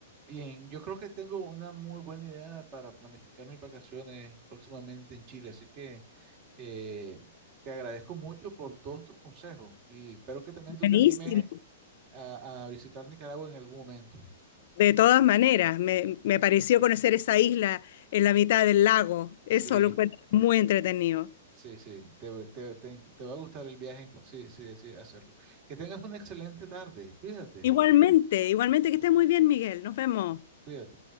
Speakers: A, on the right (about 40°); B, on the left (about 60°).
A: Bien, yo creo que tengo una muy buena idea para planificar mis vacaciones próximamente en Chile, así que Eh, te agradezco mucho por todos tus consejos y espero que también tú
B: Buenísimo.
A: te animes a, a visitar Nicaragua en algún momento.
B: De todas maneras, me, me pareció conocer esa isla en la mitad del lago. Eso
A: Sí,
B: lo encuentro muy entretenido.
A: sí, sí, te, va- te- te- te va a gustar el viaje en cu- sí sí decides hacerlo. Que tengas una excelente tarde. Cuídate,
B: Igualmente, igualmente que estés muy bien, Miguel. Nos vemos.
A: cuídate.